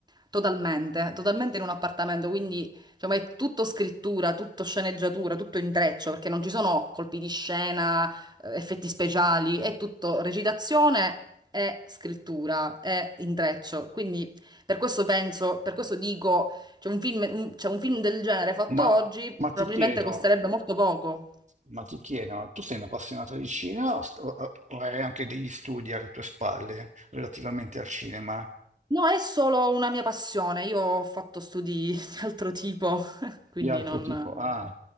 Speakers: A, on the right (about 25°); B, on the right (about 45°).
A: Totalmente, totalmente in un appartamento, quindi diciamo, è tutto scrittura, tutto sceneggiatura, tutto intreccio, perché non ci sono colpi di scena, eh, effetti speciali, è tutto recitazione e scrittura, è intreccio. Quindi per questo penso, per questo dico, c'è un film, un- cioè, un film del genere fatto
B: Ma,
A: oggi
B: ma
A: probabilmente
B: ti chiedo.
A: costerebbe molto poco.
B: Ma ti chiedo, ma tu sei un appassionato di cinema o, st- o- o hai anche degli studi alle tue spalle relativamente al cinema?
A: No, è solo una mia passione, io ho fatto studi <laughs> di altro tipo, <laughs> quindi
B: di altro
A: non...
B: tipo.
A: no.
B: Ah,